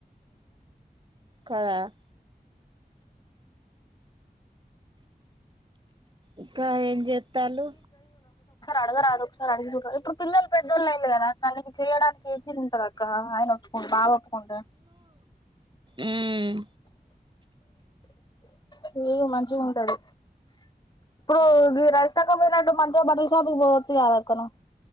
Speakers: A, on the right; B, on the left.
A: కద ఇంకా ఏం చేస్తాలు
B: అడగ రాదు ఒకసారి అడి ఇప్పుడు పిల్లలు బెడ్లు ఆయిల్ కదా అక్క అందుకే చేయడానికి ఏసీ ఉంటంది అక్క ఆయన ఒప్పుకోండి బాబు ఒప్పుకోండు
A: మ్మ్
B: ప్రీగ మంచిగుం టడు ఇప్పుడు ఈ రైస్ తక్క పోయినట్టు మంచిగా బట్టల షాపుకు పోవచ్చు గద అక్కనువ్వు